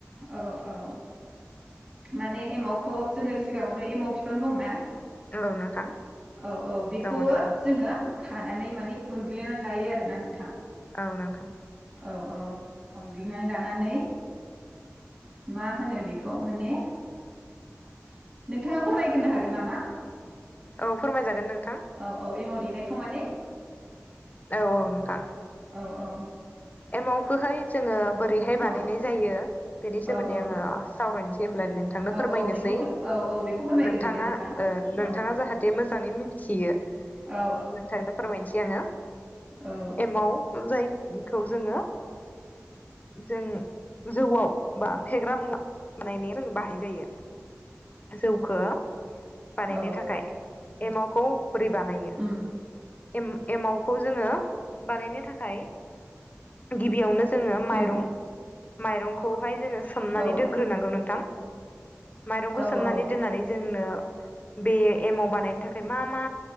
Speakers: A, on the right; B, on the left.
A: औ औ माने एमावखौ जोङो सिगाङावनो एमाव बिफां दंना
B: औ नोंथां
A: औ औ बेखौबो
B: दङ दङ
A: जोङो खानानै माने उनग्लिनानै लायो आरोना नोंथां
B: औ नोंथां
A: औ औ अनग्लिनानै लानानै मा होनो बेखौ माने नोंथाङा फोरमायग्रोनो हागोन नामा
B: औ फोरमायजागोन नों
A: औ औ एमाव देनायखौ माने
B: औ औ नोंथां
A: औ औ
B: एमावखोहाय जोङो बोरैहाय बानायनाय
A: औ
B: जायो बेनि सोमोन्दै
A: औ औ
B: आङो सावरायनोसै होमब्ला नोंथांनो
A: औ
B: फोरमायनोसै
A: औ बेखौ खो औ औ बेखौ फोरमायग्रोदो
B: नोंथाङा
A: दे नोंथां
B: ओ नोंथाङा
A: औ
B: जाहाथे मोजाङै मिनथियो
A: औ
B: नोंथांनो फोरमायनोसै आङो
A: औ
B: एमाव जाय हेलौ जों जौआव बा फेग्रा मुवा माने जों बाहाय जायो जौखो बानायनो
A: औ
B: थाखाय एमावखौ बोरै बानायो?
A: उम
B: एम- एमाव खौ जोङो बानायनो थाखाय गिबियावनो जोङो। माइरं
A: उम
B: माइरंख हाय जोङो सोमनानै
A: औ
B: दोनग्रोनांगौ नोंथां माइरंखौ
A: औ
B: सोमनानै
A: औ
B: दोननानै जोंनो। बे एमाव बानायनो थाखाय मा-मा?